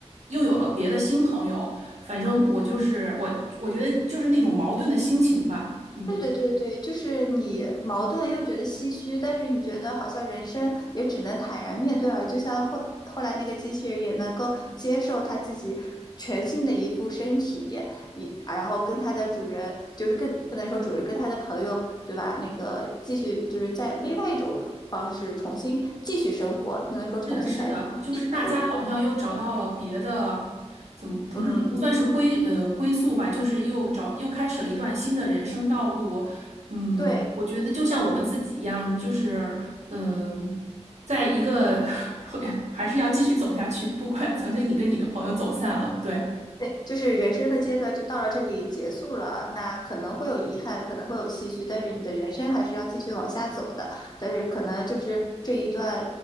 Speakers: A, on the right; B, on the left.
A: 又有了别的新朋友。反正我就是我，我觉得就是那种矛盾的心情吧。嗯。
B: 对对对对，就是你矛盾又觉得唏嘘，但是你觉得好像人生也只能坦然面对而已就像后后来那个机器人也能够接受它自己全新的一副身体，一然后跟它的主人，就是跟不能说主人跟他的朋友，对吧？那个继续就是在另外一种方式重新继续生活，不能说重新改变，
A: 是的，是的，就是大家好像又找到了别的，
B: 继续生活。
A: 怎么不是不算是归呃归宿吧，
B: 嗯，
A: 就是又找又开始了一段新的人生道路。嗯，
B: 对。
A: 我觉得就像我们自己一样，就是嗯、在一个 <laughs> 会还是要继续走下去，不管曾经你跟你的朋友走散了，对
B: 对，就是人生的阶段就到了这里结束了，那可能会有遗憾，可能会有唏嘘，但是你的人生还是要继续往下走的。但是可能就是这一段